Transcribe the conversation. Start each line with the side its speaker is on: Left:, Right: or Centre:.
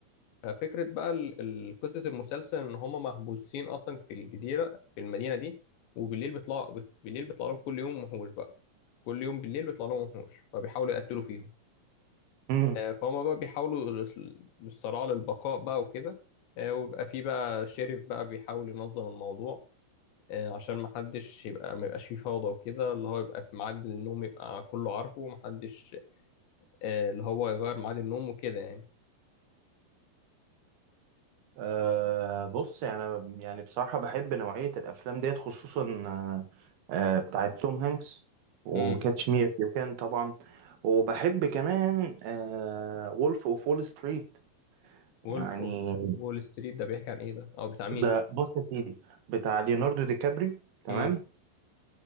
Left: ففكرة بقى ال- ال- قصة المسلسل إن هم محبوسين أصلا في الجزيرة في المدينة دي وبالليل بيطلع بالليل بيطلع لهم كل يوم وحوش بقى كل يوم بالليل بيطلع لهم وحوش فبيحاولوا يقتلوا فيهم
Right: امم
Left: آه، فهم بقى بيحاولوا لل- للصراع للبقاء بقى وكده آه، وبيبقى في بقى شريف بقى بيحاول ينظم الموضوع آه، عشان محدش يبقى ما يبقاش فيه فوضى وكده اللي هو يبقى في ميعاد النوم يبقى كله عارفه ومحدش آه، اللي هو يغير ميعاد النوم وكده يعني
Right: أه بص يعني أنا- يعني بصراحة بحب نوعية الأفلام ديت خصوصا آه، آه، بتاعت توم هانكس وكاتش
Left: امم
Right: مي إف يو كان طبعا وبحب كمان آه، وولف أوف وول ستريت
Left: وولف
Right: يعني
Left: أوف وول ستريت ده بيحكي عن ايه ده اه بتاع مين
Right: ده بص يا سيدي بتاع ليوناردو دي كابريو تمام
Left: امم